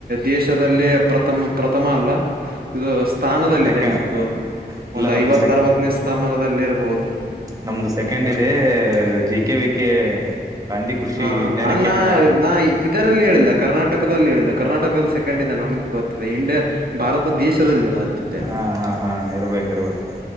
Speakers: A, on the right; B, on the right.
A: ದೇಶದಲ್ಲೇ ಪ್ರಥಮ ಪ್ರಥಮ ಅಲ್ಲ ಇದು ಸ್ಥಾನದ
B: ಸೆಕೆ
A: ನಿಮ್ದು
B: ಇಲ್ಲ
A: ಒಂದು
B: ನಮ್ಮದು
A: ಐವತ್ತ ಅರವತ್ತನೇ ಸ್ಥಾನದಲ್ಲಿರಬಹುದು
B: ನಮ್ದು ಸೆಕೆಂಡ್ ಇದೆ G K V K Gandhi ಕೃಷಿ
A: ಹ
B: ವಿಜ್ಞಾನ ಕೇಂದ್ರಾ
A: ನಾ ನಾ ಇದರಲ್ಲಿ ಹೇಳಿಲ್ಲ ಕರ್ನಾಟಕದಲ್ಲಿ ಹೇಳಿಲ್ಲ ಕರ್ನಾಟಕದಲ್ಲಿ ಸೆಕೆಂಡ್ ಇದೆ ನನಗೂ ಗೊತ್ತಿದೆ ಇಂಡಿಯಾ ಭಾರತ ದೇಶದಲ್ಲಿ ಹೇಳುತ್ತಿದ್ದೇನೆ
B: ಹಾ ಹಾ ಹಾ ಇರ್ಬೇಕು ಇರ್ಬೇಕು